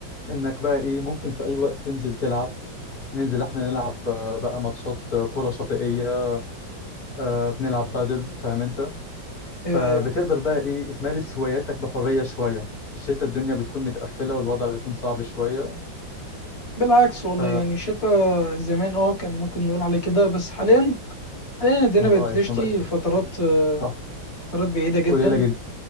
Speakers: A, on the left (about 50°); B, on the left (about 20°).
A: إنك بقى إيه ممكن في أي وقت تنزل تلعب ننزل إحنا نلعب آه، بقى ماتشات آه، كرة شاطئية آه، بنلعب بادل فاهم أنت
B: ايوه
A: فبتقدر
B: ايوه
A: بقى ايه تمارس هواياتك بحرية شوية الشتاء الدنيا بتكون متقفلة والوضع بيكون صعب شوية
B: بالعكس والله
A: ف
B: يعني الشتاء زمان اه كان ممكن نقول عليه كده بس حاليا حاليا الدنيا
A: رأيك
B: بقت بتشتي
A: ما بقاش شتاء
B: فترات آه
A: صح
B: فترات بعيده جدا
A: قليلة جدا